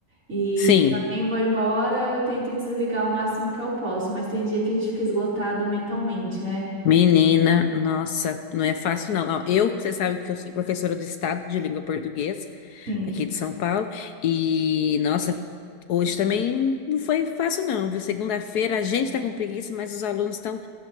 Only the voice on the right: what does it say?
E
também vou embora, eu tento desligar o máximo que eu posso, mas tem dia que a gente fica esgotado mentalmente, né?
Sim.